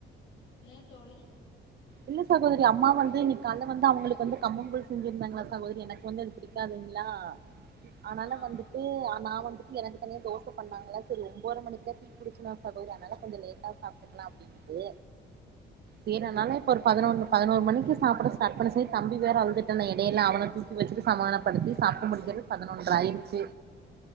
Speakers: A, on the left; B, on the right.
A: ஏன் தோழி
B: இல்ல சகோதரி அம்மா வந்து இன்னைக்கால்ல வந்து அவங்களுக்கு வந்து கம்மங்கூழ் செஞ்சிருந்தாங்ளா சகோதரி எனக்கு வந்து அது பிடிக்காதுங்ளா ஆனால
A: ஆ
B: வந்துட்டு ஆ நா வந்து எனக்கு தனியா தோச பண்ணாங்களா சரி ஒம்போர மணிக்குதா டீ குடிச்சனா சகோதரி அதனால கொஞ்ச லேட்டா சாப்ட்டுக்கலா அப்டின்ட்டு சேர் அனால ஒரு பதினொன்னு பதினோரு மணிக்கு சாப்பட ஸ்டார்ட் பண்ண சேர் தம்பி வேற அல்துட்டானா எடைல அவன தூக்கி வச்சுட்டு சமானப்படுத்தி சாப்ட்டு முடிஞ்சது பதினொன்ற ஆயிருச்சு